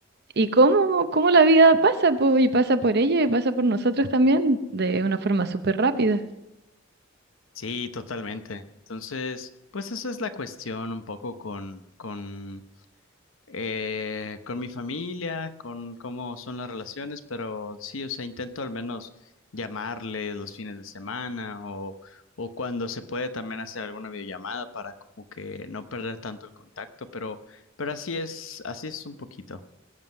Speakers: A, on the right; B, on the left.
A: Y cómo, cómo la vida pasa, po, y pasa por ellos y pasa por nosotros también de una forma súper rápida.
B: Sí, totalmente. Entonces, pues eso es la cuestión un poco con, con eh, con mi familia, con cómo son las relaciones, pero sí, o sea, intento al menos llamarles los fines de semana o, o cuando se puede también hacer alguna videollamada para como que no perder tanto el contacto, pero, pero así es, así es un poquito.